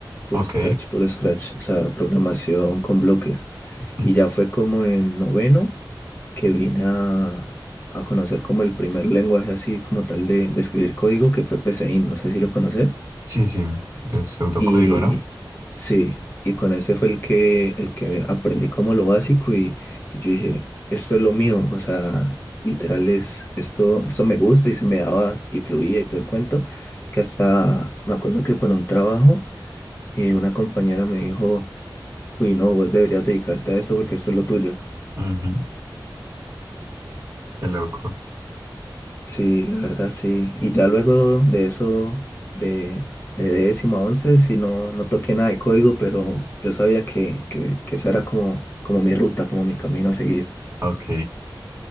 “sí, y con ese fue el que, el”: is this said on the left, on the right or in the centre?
Left